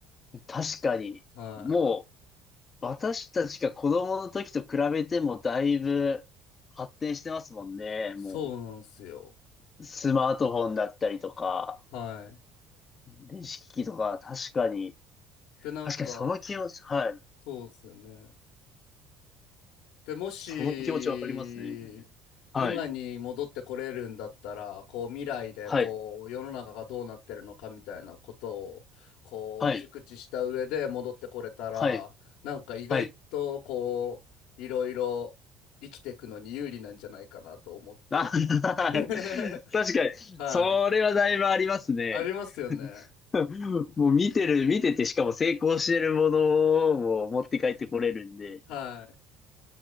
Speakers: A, on the left (about 20°); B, on the left (about 85°).
A: 確かに。
B: はい
A: もう、私たちが子供の時と比べてもだいぶ発展してますもんね。
B: そうなんですよ。
A: もう、スマートフォンだったりとか、
B: はい。
A: 電子機器とか、確かに。
B: で、なんか、
A: 確かにその気持ち、はい。
B: そうですよね。で、もし、
A: その気持ちわかりますね。はい、
B: 今に戻ってこれるんだったら、こう、未来で、
A: はい、
B: こう、世の中がどうなってるのかみたいなことを、こう、
A: はい、
B: 熟知した上で戻ってこれたら、
A: はい、
B: なんか意外と、
A: はい。
B: こう、いろいろ生きていくのに有利なんじゃないかなと思って。
A: あ、
B: <laughs>
A: <laughs> 確かに、
B: はい。
A: それはだいぶありますね。
B: ありますよね。
A: <laughs> もう見てる、見てて、しかも成功してるものを持って帰ってこれるんで、
B: はい。